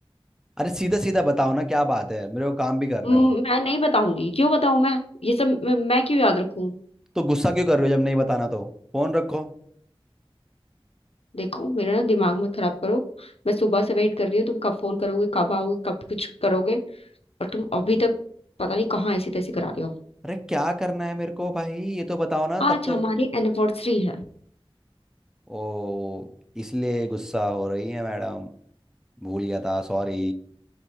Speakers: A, in the centre; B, on the left (about 80°).
A: अरे सीधा सीधा बताओ ना क्या बात है मेरे को काम भी करना
B: म-
A: है और
B: मैं नहीं बताऊंगी क्यों बताऊं मैं ये सब मैं, मैं क्यों याद रखूं
A: तो गुस्सा क्यों कर रहे हो जब नहीं बताना तो फोन रखो
B: देखो मेरा ना दिमाग मत खराब करो मैं सुबह से वेट कर रही हूँ तुम कब फोन करोगे कब आओगे कब कुछ करोगे और तुम अभी तक पता नहीं कहाँ ऐसी तैसी करा रहे हो
A: अरे क्या करना है मेरे को भाई ये तो बताओ ना तब
B: आज
A: तो
B: हमारी एनिवर्सरी है
A: ओ इसलिए गुस्सा हो रही है मैडम भूल गया था सॉरी